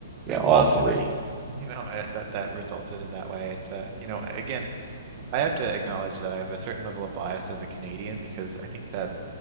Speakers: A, on the right; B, on the right.
A: Pretty
B: Yeah, all
A: wild
B: three.
A: to me, <laughs> you know, uh, that that resulted in that way. It's uh, you know, again, I have to acknowledge that I have a certain level of bias as a Canadian because I think that